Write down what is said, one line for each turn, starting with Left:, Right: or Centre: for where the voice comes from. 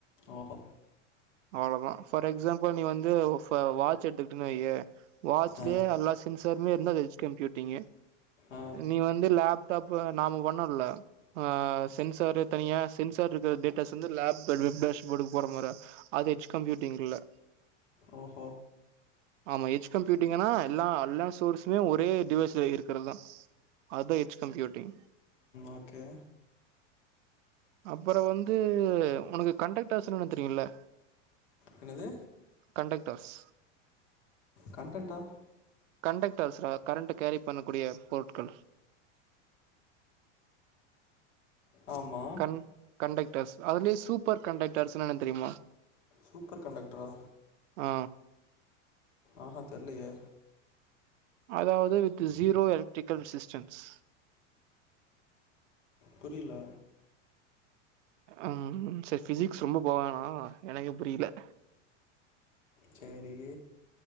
Left: ஓஹோ
Right: அவ்ளதா ஃபார் எக்ஸாம்புள் நீ வந்து வாட்ச் எத்துக்குட்ட வையே வாட்ச்லேயே
Left: ஆ
Right: எல்லா சென்சாருமே இருந்தா அது ஹெச் கம்ப்யூட்டிங்கு
Left: ஆ
Right: நீ வந்து லேப்டாப்பு நாமோ பண்னோல்ல ஆ சென்சாரு தனியா சென்சார் இருக்ற டேட்டாஸ் வந்து லேப் வெப்டாஷ் போர்டுக்கு போற மார அது ஹெச் கம்ப்யூட்டிங் இல்ல
Left: உம்
Right: ஆமா ஹெச் கம்ப்யூட்டிங்னா எல்லா அல்லா சோர்ஸுமே ஒரே டிவைஸ்ல இருக் கறதா அதா ஹெச் கம்ப்யூட்டிங்
Left: ஓக்கே
Right: அப்புற வந்து உனக் கண்டக்டார்ஸ் என்னன் தெரியுல்ல
Left: என்னது
Right: கண்டெக்டர்ஸ்
Left: கண்டன்ட்டா
Right: கண்டக்டர்ஸ்ரா கரண்ட் கேரி பண்ணக்கூடிய பொருட்கள்
Left: ஆமா
Right: கண் கண்டக்டர்ஸ் அதுலயே சூப்பர் கண்டக்டர்ஸ்னா என்ன தெரியுமா
Left: சூப்பர் கண்டெக்ட்ரா
Right: ஆ
Left: ஆஹ தெர்லயே
Right: அதாவது வித் ஜீரோ எலக்ட்ரிக்கல் சிஸ்டம்ஸ்
Left: புரில
Right: ம் சரி பிசிக்ஸ் ரொம்ப போவேனா எனக்கே புரில
Left: சேரி